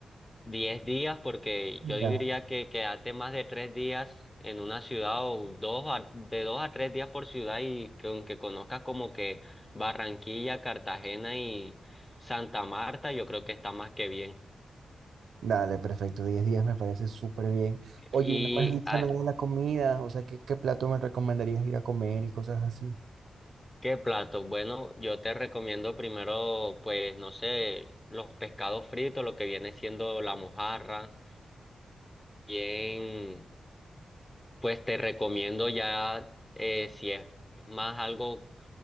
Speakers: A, on the left (about 25°); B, on the right (about 80°).
A: Diez días, porque yo diría
B: Ya,
A: que quedarte más de tres días en una ciudad o dos a- de dos a tres días por ciudad y que aunque conozcas como que Barranquilla, Cartagena y Santa Marta, yo creo que está más que bien.
B: dale, perfecto, diez días me parece súper bien. Oye,
A: ¿Y
B: ¿y no me has dicho
A: ah,
B: nada de la comida, o sea, ¿qué, qué plato me recomendarías ir a comer y cosas así?
A: qué plato? Bueno, yo te recomiendo primero, pues, no sé, los pescados fritos, lo que viene siendo la mojarra, bien Pues te recomiendo ya, eh, si es más algo